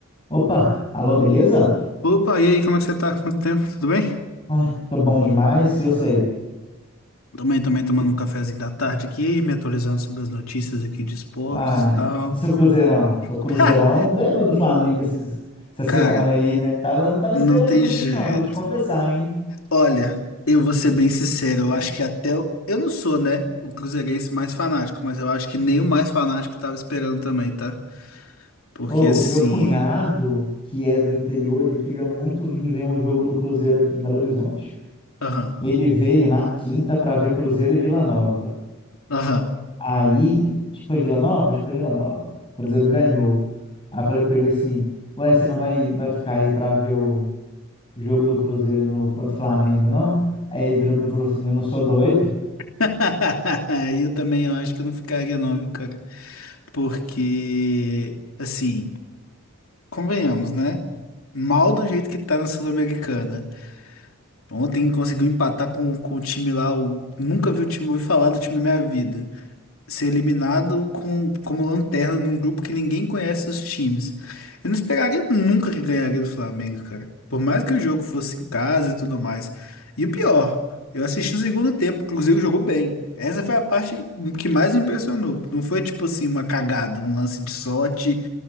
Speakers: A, on the left; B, on the left.
A: Opa, alô, beleza?
B: Opa, e aí, como é que você tá? Quanto tempo? Tudo bem?
A: Ai, tô bom demais. E você?
B: Também, também tomando um cafezinho da tarde aqui, me atualizando sobre as notícias aqui de esportes
A: Ah,
B: e tal.
A: e seu Cruzeirão? Seu Cruzeirão
B: <laughs> Ha!
A: ganhou do Flamengo esses- essa semana
B: Cara,
A: aí, né? Tava, eu não tava
B: não
A: esperando
B: tem
A: por
B: jeito.
A: isso, não, vou te confessar, hein?
B: Olha, eu vou ser bem sincero, eu acho que até. o- Eu não sou, né, o cruzeirense mais fanático, mas eu acho que nem o mais fanático tava esperando também, tá? Porque
A: Ô,
B: assim.
A: meu cunhado, que é do interior, ele queria muito vir ver um jogo do Cruzeiro aqui em Belo Horizonte.
B: Aham,
A: Ele veio na quinta pra ver Cruzeiro e Vila Nova.
B: aham.
A: Aí, acho que foi Vila Nova? Acho que foi Vila Nova. O Cruzeiro ganhou. Aí eu falei com ele assim: Ué, você não vai, vai ficar aí pra ver o. jogo do Cruzeiro no, contra o Flamengo, não? Aí ele virou pra mim e falou assim: Eu não sou doido.
B: <laughs> Eu também eu acho que eu não ficaria, não, viu, cara? Porque, assim. Convenhamos, né? Mal do jeito que tá na Sul-Americana. Ontem conseguiu empatar com, com o time lá, o... nunca vi o time, ouvi falar do time na minha vida. Ser eliminado com, como lanterna num grupo que ninguém conhece os times. Eu não esperaria nunca que ganharia do Flamengo, cara. Por mais que o jogo fosse em casa e tudo mais. E o pior, eu assisti o segundo tempo, o Cruzeiro jogou bem. Essa foi a parte que mais me impressionou. Não foi tipo assim uma cagada, um lance de sorte